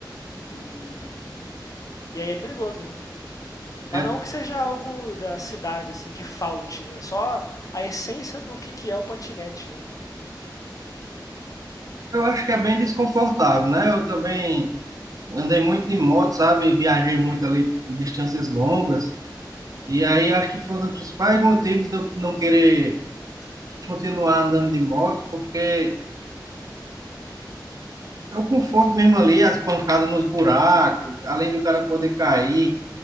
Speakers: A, on the left (about 45°); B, on the right (about 50°).
A: E, e aí é perigoso, né? Mas
B: É,
A: não que seja algo da cidade, assim, que falte. É só a essência do que, que é o patinete. né?
B: eu acho que é bem desconfortável, né? Eu também andei muito de moto, sabe? Viajei muito ali distâncias longas. E aí acho que foi um dos principais motivos de eu não querer continuar andando de moto, porque é o conforto mesmo ali, as pancadas nos buracos, além do cara poder cair,